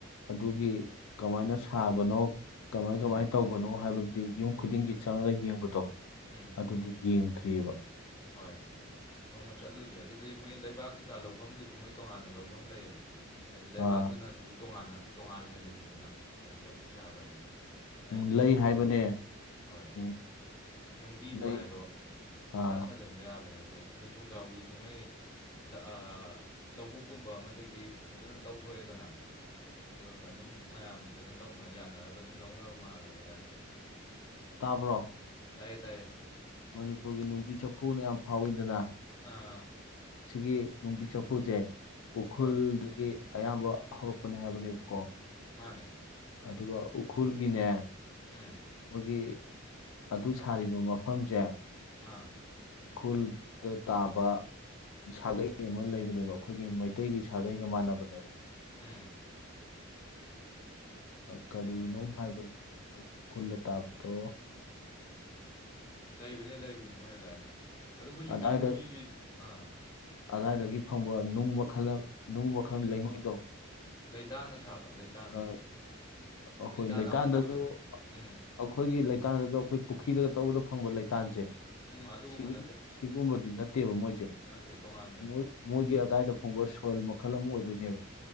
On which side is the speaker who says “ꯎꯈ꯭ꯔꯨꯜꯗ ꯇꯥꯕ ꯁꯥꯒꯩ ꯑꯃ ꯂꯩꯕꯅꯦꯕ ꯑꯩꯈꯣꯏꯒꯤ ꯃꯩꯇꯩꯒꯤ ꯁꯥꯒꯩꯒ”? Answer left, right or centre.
Left